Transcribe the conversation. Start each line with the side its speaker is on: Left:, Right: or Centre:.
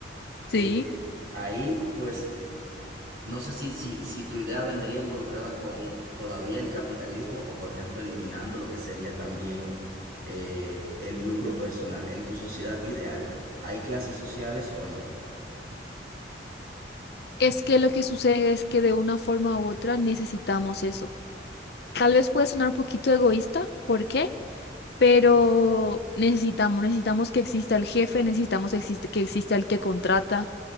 Left: sí.
Right: Eh, ahí, pues, no sé si, si, si tu idea vendría involucrada con todavía el capitalismo o, por ejemplo, eliminando lo que sería también eh, el lucro personal en tu sociedad ideal. ¿Hay clases sociales o no?
Left: Es que lo que sucede es que de una forma u otra necesitamos eso. Tal vez puede sonar un poquito egoísta, ¿por qué? Pero necesitamos, necesitamos que exista el jefe, necesitamos exist- que exista el que contrata.